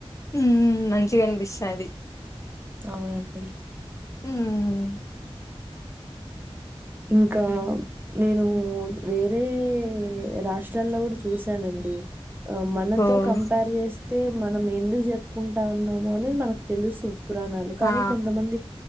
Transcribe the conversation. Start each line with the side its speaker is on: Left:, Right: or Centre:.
Left: హ్మ్ మంచిగా అనిపిస్తాది
Right: అవునండి
Left: హ్మ్
Right: ఇంకా నేను వేరే రాష్ట్రాల్లో కూడా చూసానండి ఆ మనతో
Left: ఓహ్!
Right: కంపేర్ చే అయితే మనం ఎందుకు జరుపుకుంటాన్నాము అనేది మనకు తెలుసు పురాణాలు కానీ
Left: ఆ!
Right: కొంతమంది